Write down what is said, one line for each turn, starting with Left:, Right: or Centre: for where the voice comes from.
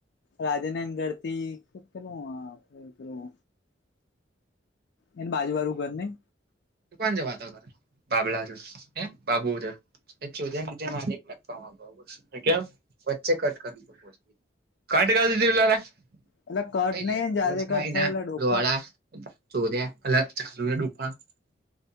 Left: રાજા ને અંગર થી કે પેલું આ પેલું એને બાજુ વાળુ ઘર નઈ
Right: કોણ છે વાતો કરે બાબલા હાથે છે હ બાબુ <unintelligible> કા વાંધો કે વચ્ચે કટ કરી
Left: એટલે
Right: કટ
Left: નઈ જાતે
Right: કરલીધું
Left: કટ થયો
Right: તે
Left: એટલે ડોફા
Right: લા. <unintelligible> <unintelligible>